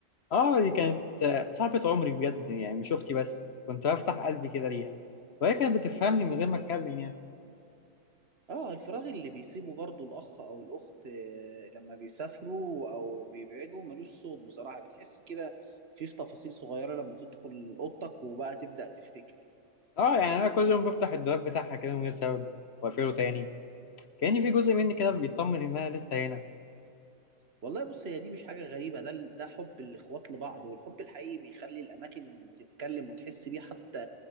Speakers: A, on the left; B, on the right.
A: اه دي كانت صاحبه عمري بجد يعني مش اختي بس كنت بفتح قلبي كده ليها وهي كانت بتفهمني من غير ما اتكلم يعني
B: اه الفراغ اللي بيسيبه برضو الاخ او الاخت آه، لما بيسافروا او بيبعدوا ملوش صوت بصراحة بتحس كده في في تفاصيل صغيرة لما تدخل اوضتك وبقى تبدأ تفتكر
A: اه يعني انا كل يوم بفتح الدولاب بتاعها كده من غير سبب واقفله تاني كاني في جزء مني كده بيطمن انها لسه هنا
B: والله بص هي دي مش حاجة غريبة ده ده حب الإخوات لبعض والحب الحقيقي بيخلي الأماكن تتكلم وتحس بيه حتى